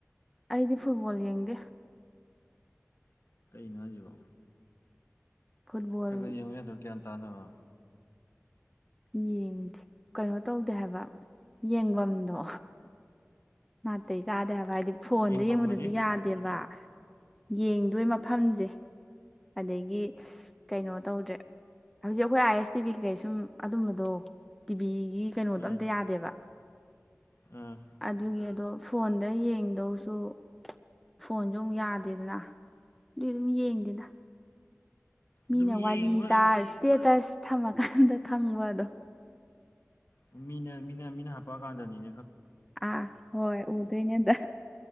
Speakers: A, in the centre; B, on the left.
A: ꯑꯩꯗꯤ ꯐꯨꯠꯕꯣꯜ ꯌꯦꯡꯗꯦ
B: ꯀꯩꯅꯣ ꯍꯥꯏꯁꯤꯕꯣ
A: ꯐꯨꯠꯕꯣꯜ
B: ꯈꯔ ꯈꯔ ꯌꯦꯡꯕ ꯌꯥꯗ꯭ꯔꯣ ꯒ꯭ꯌꯥꯟ ꯇꯥꯅꯕ
A: ꯌꯦꯡꯗꯦ ꯀꯩꯅꯣ ꯇꯧꯗꯦ ꯍꯥꯏꯕ ꯌꯦꯡꯐꯝꯗꯣ ꯅꯥꯇꯩ ꯆꯥꯗꯦ ꯍꯥꯏꯕ ꯍꯥꯏꯗꯤ ꯐꯣꯟꯗ
B: ꯌꯦꯡꯐꯝꯒꯗꯤ
A: ꯌꯦꯡꯕꯗꯁꯨ ꯌꯥꯗꯦꯕ ꯌꯦꯡꯗꯣꯏ ꯃꯐꯝꯁꯦ ꯑꯗꯒꯤ ꯀꯩꯅꯣ ꯇꯧꯗ꯭ꯔꯦ ꯍꯧꯖꯤꯛ ꯑꯩꯈꯣꯏ ꯑꯥꯏ ꯑꯦꯁ ꯇꯤ ꯚꯤ ꯀꯩ ꯁꯨꯝ ꯑꯗꯨꯝꯕꯗꯣ ꯇꯤꯚꯤꯒꯤ ꯀꯩꯅꯣꯗꯣ
B: ꯑꯥ
A: ꯑꯝꯇ ꯌꯥꯗꯦꯕ
B: ꯑꯥ
A: ꯑꯗꯨꯒꯤ ꯑꯗꯣ ꯐꯣꯟꯗ ꯌꯦꯡꯗꯧꯁꯨ ꯐꯣꯟꯁꯨ ꯑꯃꯨꯛ ꯌꯥꯗꯦꯗꯅ ꯑꯗꯨꯏ ꯑꯗꯨꯝ ꯌꯦꯡꯗꯦꯅ ꯃꯤꯅ
B: ꯑꯗꯨꯝ ꯌꯦꯡꯕ
A: ꯋꯥꯔꯤ
B: ꯑꯗꯨꯝ
A: ꯇꯥꯔ ꯏꯁꯇꯦꯇꯁ ꯊꯝꯃꯀꯥꯟꯗ ꯈꯪꯕ ꯑꯗꯣ
B: ꯃꯤꯅ ꯃꯤꯅ ꯃꯤꯅ ꯍꯥꯞ ꯄ ꯀꯥꯟꯗꯅꯤ
A: ꯑꯥ ꯍꯣꯏ ꯎꯗꯣꯏꯅꯦ ꯑꯥꯗ